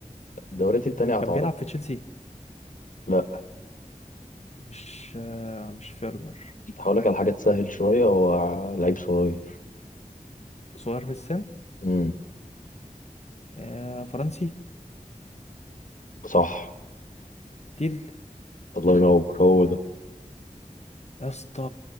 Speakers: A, on the left; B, on the left.
A: الدوريات التانية
B: كان
A: هتعرفه
B: بيلعب في تشيلسي
A: لا
B: مش آه... مش فيرنر
A: هقول لك على حاجة تسهل شوية هو لعيب صغير
B: صغير في السن
A: امم
B: آه... فرنسي
A: صح
B: تيل
A: الله ينور هو ده
B: يا اسطى